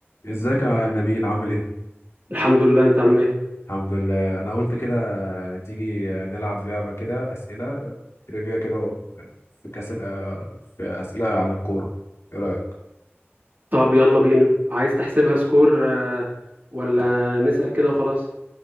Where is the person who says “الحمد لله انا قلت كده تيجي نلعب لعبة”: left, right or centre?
Left